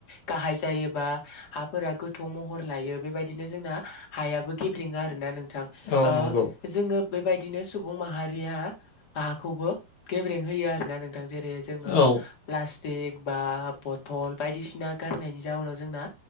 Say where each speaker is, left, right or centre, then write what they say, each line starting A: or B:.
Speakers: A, on the left; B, on the left.
A: गाहाय जायोबा हाफोरा गोथौ महर लायो बेबायदिनो जोंना हायाबो गेब्रेङो आरो ना नों-
B: औ
A: ओ
B: नंगौ
A: जोङो बेबायदिनो सुबुं माहारिया हाखौबो गेब्रें होयो आरो ना नोंथां जेरै जोङो
B: औ
A: प्लास- स्टिक बा बथल बायदिसिना गारनायनि जाउनाव जोंना